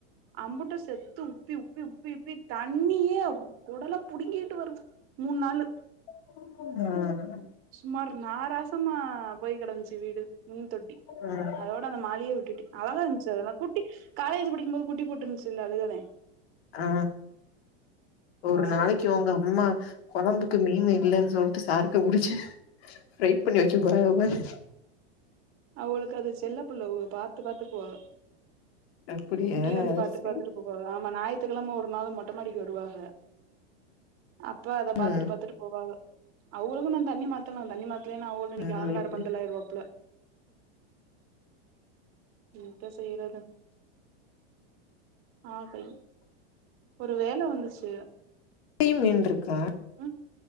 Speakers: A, on the right; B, on the left.
A: அம்புட்டு செத்து உப்பி உப்பி உப்பி உப்பி தண்ணியே குடலை புடுங்கிட்டு வருது மூணு நாளு
B: உம்
A: சுமார் நாராசமா போய் கெடந்துச்சு வீடு மீன் தொட்டி
B: அ
A: அதோட அந்த மாலியை விட்டுட்டு அழகா இருந்துச்சு அதல்ல குட்டி காலேஜ் படிக்கும் போது குட்டி போட்டிருந்துச்சுல அதுக தா
B: ஆ ஒரு
A: பாவோ
B: நாளைக்கு உங்க அம்மா கொழம்பு இப்ப மீன் இல்லைன்னு சொல்லிட்டு சாருக்கு உரிச்சு ஃப்ரை பண்ணி வைக்கப் போறாங்க பாரு
A: அவுகளுக்கு அது செல்ல பிள்ள அவுக பாத்து பாத்துக்குவாக
B: அப்படியா
A: இப்டியே வந்து பாத்துட்டு
B: சரி
A: பாத்துட்டு போ ஆமா ஞாயித்துக்கிழம ஒரு நாள் மொட்ட மாடிக்கு வருவாக அப்ப அத
B: ம்
A: பாத்துட்டு பாத்துட்டு போவாக அவங்களுக்கும் நான் தண்ணி மாத்தணும் தண்ணி மாத்தலேனா அவுகளும்
B: ம்
A: அலங்கார
B: எப்படி
A: பந்தல்லாய்ருவாப்ல என்ட செய்றது ஆ கை ஒரு வேல வந்துச்சு
B: டீயும் வேண்டுருக்கா
A: ம்